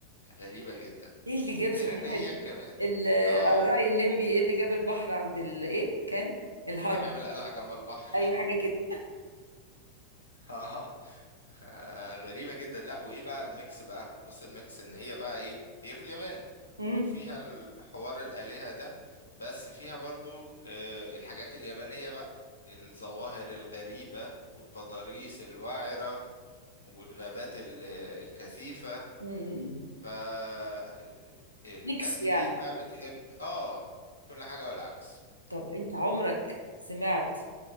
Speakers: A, on the left; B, on the right.
A: غريبة جدا
B: ايه اللي جاب
A: غير
B: صحيح
A: ان هي
B: ال-
A: كمان
B: ال-
A: اه
B: على رأي الليمبي ايه اللي جاب البحر عند ال ايه كان الهرم
A: إيه اللي جاب القلعة جنب البحر
B: ايوه حاجة كده
A: <laughs> اه آه، غريبة جدا لا وايه بقى الميكس بقى بص الميكس ان هي بقى ايه هي في اليابان
B: امم
A: وفيها الحوار الآلهة ده بس فيها برضو آه، الحاجات اليابانية بقى الظواهر الغريبة والتضاريس الوعرة والغابات ال- الكثيفة
B: أمم.
A: فالناس
B: ميكس
A: كتير
B: يعني
A: بقى بتحب اه كل حاجة والعكس
B: طب انت عمرك سمعت